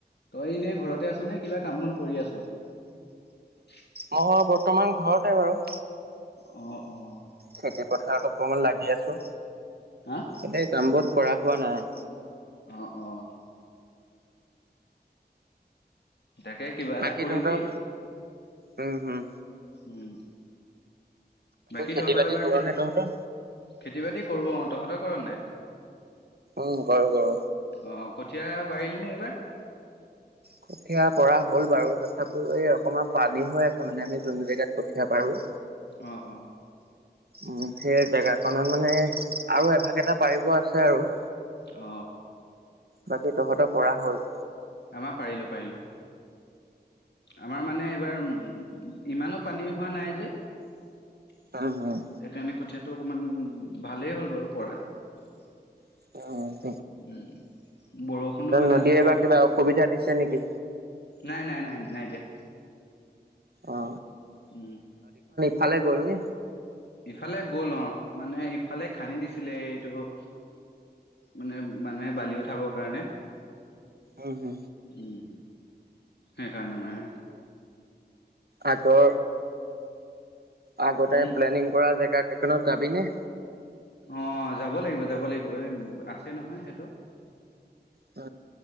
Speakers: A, on the left; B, on the right.
A: তই এনেই। ঘৰতে আছো নে কিবা কাম বন কৰি আছ। <unintelligible>
B: মই বৰ্তমান ঘৰতে বাৰু
A: অঁ অঁ
B: খেতি পথাৰত অকমান লাগি আছো
A: হা?
B: ।এনেই কাম বন কৰা হোৱা নাই।
A: অহ অহ। তাকে কিবা
B: বাকী
A: এটা কৰিবি।
B: তহঁতৰ উম হম।
A: উম। বাকী
B: খেতি
A: তহঁতৰ
B: বাতি
A: এবাৰ
B: কৰ
A: খেতি
B: নে তহঁতৰ?
A: খেতি বাতি কৰো অ, তহঁতক কৰ নাই।
B: উ কৰো কৰো।
A: অ কঠীয়া পাৰিলি নে এইবাৰ?
B: কঠীয়া পৰা হ'ল বাৰু তথাপি এই অকমান পানী হৈ আছে মানে আমি যোন জেগাত কঠীয়া পাৰো।
A: অঁ অঁ।
B: উ সেই জেগাখনত মানে আৰু এভাগ এটা পাৰিব আছে আৰু।
A: অ।
B: বাকী তহঁতৰ পৰা হ'ল।
A: আমাৰ পাৰিলো পাৰিলো। আমাৰ মানে এইবাৰ উ ইমানো পানী হোৱা নাই যে এইকাৰণে
B: উম উম
A: কঠিয়া টো অকমান ভালেই হ'ল বাৰু পৰাত।
B: অ
A: উ বৰষুণো মানে
B: নদীয়ে
A: জোখৰটো
B: বা কিবা অসুবিধা দিছে নেকি?
A: নাই নাই নাই নাই দিয়া
B: অ
A: উম
B: ফালে গ'ল নে
A: ইফালে গ'ল অ মানে ইফালে খান্দি দিছিলে এইটো উ মানে মানুহে বালি উঠাবৰ কাৰণে
B: উম হো
A: উম সেইকাৰণে মানে
B: আকৌ আগতে
A: উম
B: প্লেনিং কৰা জেগাক সেইখনত যাবি নে
A: অ যাব লাগিব যাব লাগিব এ আছে নহয় সেইটো।
B: উ